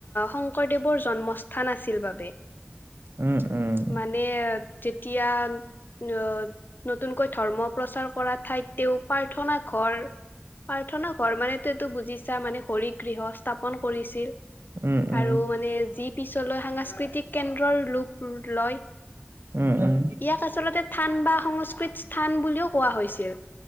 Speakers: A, on the left (about 55°); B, on the right (about 65°).
A: শংকৰদেৱৰ জন্মস্থান আছিল বাবে।
B: উম, উম।
A: মানে যেতিয়া অ নতুনকৈ ধৰ্ম প্ৰচাৰ কৰা ঠাইত তেওঁ প্ৰাৰ্থনা ঘৰ প্ৰাৰ্থনা ঘৰ মানে তটো বুজিছা মানে হৰি গৃহ স্থাপন কৰিছিল।
B: উম উম
A: আৰু মানে যি পিছলৈ সাংস্কৃতিক ৰ লূপ লয়
B: উম উম
A: ইয়াক আচলতে থান বা সংস্কৃত স্থান বুলিও কোৱা হৈছিল।